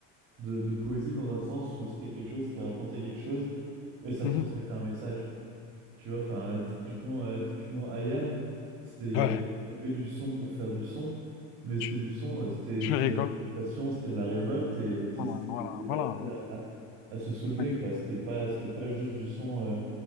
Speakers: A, on the right; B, on the left.
A: de, de poésie dans un sens où c'était quelque chose qui racontait quelque chose et ça
B: mhm.
A: transmettait un message. Tu vois, enfin, euh, typiquement, euh, typiquement IAM, c'était, il y
B: Ouais,
A: avait, il y avait du son pour faire du son, mais c'était
B: tu,
A: du son, euh, c'était,
B: tu
A: c'était
B: rigoles.
A: de la démonstration, c'était de la révolte, et tu sais,
B: Voilà,
A: c'était
B: voilà,
A: des, des
B: voilà,
A: appels
B: ouais,
A: à, à se soulever,
B: ouais,
A: quoi. C'était pas, c'était pas juste du son, euh,